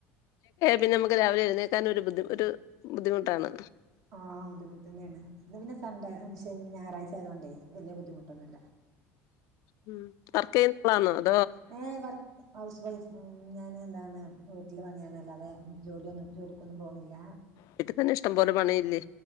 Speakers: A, on the left (about 65°); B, on the right (about 60°).
A: പിന്നെ നമുക്ക് രാവിലെ എഴുന്നേക്കാൻ ഒരു ഒരു ബുദ്ധിമുട്ടാണ്
B: ആഹ് ബുദ്ധിമുട്ട് തന്നെയാണ് ഇന്ന് പിന്നെ സ ഞായറാഴ്ച ആതോൊണ്ടേ വലിയ ബുദ്ധിമുട്ടൊന്നുമല്ല
A: ഉ വർക്ക നളാന്നോ അ
B: ഏ വർക്ക് ഹൗസ് വൈഫ് ഞാൻ എന്താണ് വീട്ടിൽ പണിയാണ് അല്ലാതെ ജോലിയൊന്നും ജോലിക്കൊന്നും പോണില്ല
A: വീട്ടിൽ തന്നെ ഇഷ്ടം പോലെ പണിയില്ലേ